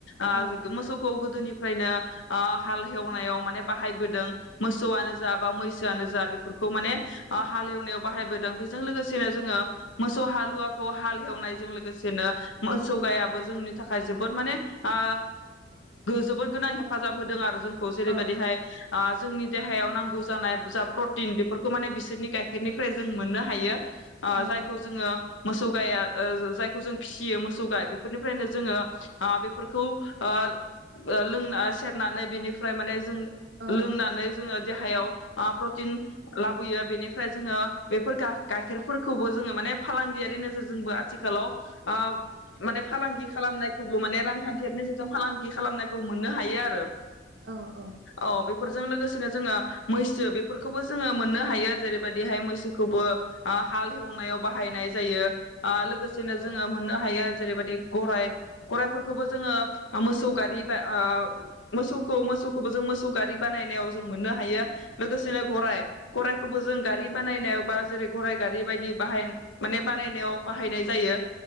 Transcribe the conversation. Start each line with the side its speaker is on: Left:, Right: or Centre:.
Left: ओ
Right: औ
Left: मोसौखौ गोदोनि फ्रायनो ओ हाल हेवनायाव माने बाहायबोदों मोसौआनो जा बा मैसोआनो जा बे फोरखौ माने
Right: औ
Left: ओ हालेवनायाव बाहायबोदों बेजों लोगोसेनो जोङो मोसौ हालुवाखौ हाल हेवनायजों लोगोसेनो मोसौ गायाबो जोंनि थाखाय जोबोर माने ओ जोबोर गोनां हेफाजाब होदों आरो जों खौ जेरैबादिहाय
Right: औ
Left: आ जोंनि देहायाव नांगौ जानाय जा प्रटिन बेफोरखौ माने बिसोरनि गाइखेरनिफ्राय जों मोननो हायो। ओ
Right: औ
Left: जायखौ जोङो मोसौ गाया ओ जायखौ जों फिसियो मोसौ गाय बेफोरनिफ्रायनो जोङो ओ बेफोरखौ ओ लोंना सेरनानै बेनिफ्राय माने जों
Right: औ
Left: लोंनानै जोङो देहायाव प्रटिन लाबोयो बेनिफ्राय जोङो बेफोर गा-गाइखेरफोरखौबो जोङो माने फालांगियारि नोजोरजोंबो आथिखालाव ओ माने फालांगि खालामनायखौबो माने रांखान्थियारि नोजोरजों फालांगि खालामनायखौ मोननो हायो आरो
Right: औ औ
Left: औ बेफोरजों लोगोसेनो जोङो मैसो बेफोरखौबो जोङो मोननो हायो जेरैबायदिहाय मैसोखौबो ओ हाल एवनायाव बाहायनाय जायो। ओ लोगोसेनो
Right: औ
Left: जोङो मोननो हायो। जेरैबायदि गराय गराइफोरखौबो जोङो मोसौ गारि बा ओ मोसौखौ मोसौखौबो जों मोसौ गारि बानायनायाव जों मोननो हायो। लोगोसेनो गराय गराइखौबो जों गारि बानायनायाव बा जेरै गराइ गारि बायदि बाहाय माने बानायनायाव बाहायनाय जायो।